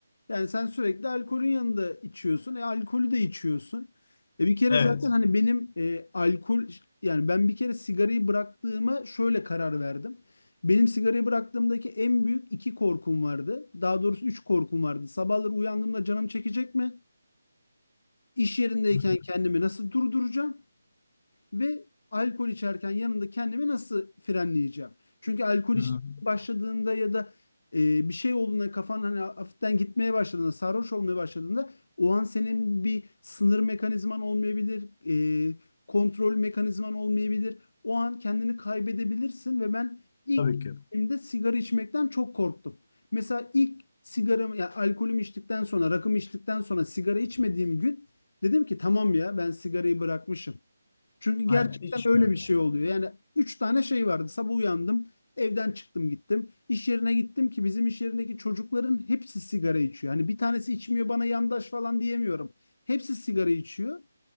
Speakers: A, on the left; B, on the left.
A: Yani sen sürekli alkolün yanında içiyorsun. E alkolü de içiyorsun. E bir kere
B: Evet.
A: zaten hani benim e, alkol yani ben bir kere sigarayı bıraktığıma şöyle karar verdim. Benim sigarayı bıraktığımdaki en büyük iki korkum vardı. Daha doğrusu üç korkum vardı. Sabahları uyandığımda canım çekecek mi? İş yerindeyken
B: Hı
A: kendimi nasıl durduracağım? ve alkol içerken yanında kendimi nasıl frenleyeceğim? Çünkü alkol
B: hı.
A: iç
B: Hı.
A: başladığında ya da e, bir şey olduğunda kafan hani hafiften gitmeye başladığında, sarhoş olmaya başladığında o an senin bir sınır mekanizman olmayabilir, e, kontrol mekanizman olmayabilir. O an kendini kaybedebilirsin ve ben ilk
B: Tabii ki.
A: de sigara içmekten çok korktum. Mesela ilk sigaramı, ya alkolümü içtikten sonra, rakımı içtikten sonra sigara içmediğim gün dedim ki tamam ya ben sigarayı bırakmışım. Çünkü gerçekten
B: Aynen içmiyorum.
A: öyle bir şey oluyor. Yani üç tane şey vardı. Sabah uyandım, evden çıktım gittim. İş yerine gittim ki bizim iş yerindeki çocukların hepsi sigara içiyor. Hani bir tanesi içmiyor bana yandaş falan diyemiyorum. Hepsi sigara içiyor.